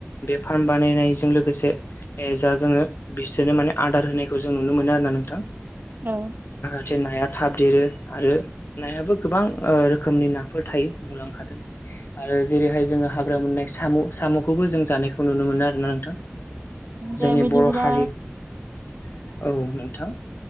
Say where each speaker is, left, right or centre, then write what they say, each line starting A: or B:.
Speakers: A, on the left; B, on the right.
A: बे फार्म बानायनायजों लोगोसे जा जोङो बिसोरनो माने आदार होनायखौ जों नुनो मोनो आरो। ना नोंथां
B: औ
A: जे नाया थाब देरो आरो नायाबो गोबां ओ रोखोमनि नाफोर थायो बुंलांनो हादों आरो जेरैहाय जोङो हाग्रा मोननाय साम सामखौबो जों जानायखौ नुनो मोनो आरोना नोंथां।
B: दे
A: जोंनि
B: बिदिब्ला
A: बर' हारि औ नोंथां